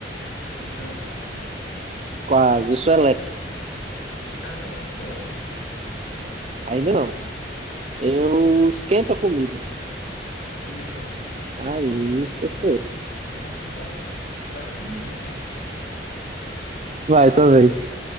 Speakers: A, on the left; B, on the right.
A: O fogão.
B: Quase. Eu sou elétrico.
A: Caramba, o forno.
B: Ainda não. Eu esquento a comida.
A: O micro-ondas.
B: Aí, certeiro.
A: Aí, caramba, foi quase, quase que não ia.
B: Vai, talvez.